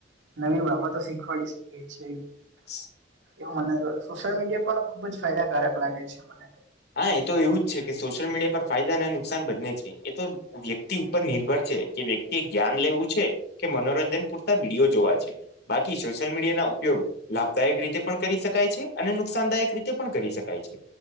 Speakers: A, on the right (about 80°); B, on the left (about 60°).
A: નવી બાબતો શીખવાડી શકીએ છીએ
B: <inaudible>
A: એવું મને સોશિયલ મીડિયા પણ ખુબ જ ફાયદાકારક લાગે છે મનેતો
B: હા એ તો એવું જ છે કે સોશિયલ મીડિયા પર ફાયદા અને નુકસાન બંને છે એ તો વ્યક્તિ ઉપર નિર્ભર છે કે વ્યક્તિ જ્ઞાન લેવું છે કે મનોરંજન પૂરતા વિડીયો જોવા છે બાકી સોશિયલ મીડિયા ના ઉપયોગ લાભદાયક રીતે પણ કરી શકાય છે અને નુકસાનદાયક રીતે પણ કરી શકાય છે.